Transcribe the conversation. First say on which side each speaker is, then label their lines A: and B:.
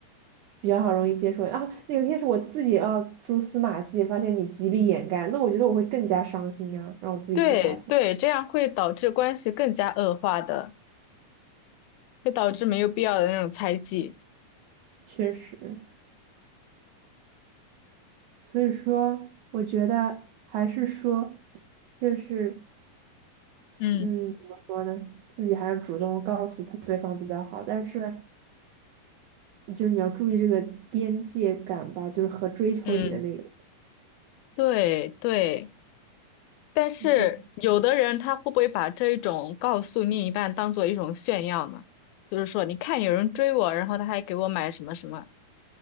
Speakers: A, on the right (about 75°); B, on the left (about 80°).
A: 比较好容易接受啊。那有一天是我自己啊蛛丝马迹，发现你极力掩盖，那我觉得我会更加伤心啊，让我自己去发现，
B: 对对，这样会导致关系更加恶化的，会导致没有必要的那种猜忌。
A: 确实。所以说，我觉得还是说，就是
B: 嗯
A: 嗯，怎么说呢？自己还是主动告诉他对方比较好，但是就是你要注意这个边界感吧，就是和追求你的那个，
B: 嗯。对对，但是有的人他会不会把这一种告诉另一半当做一种炫耀呢？
A: 你不能
B: 就是说，你看有人追我，然后他还给我买什么什么，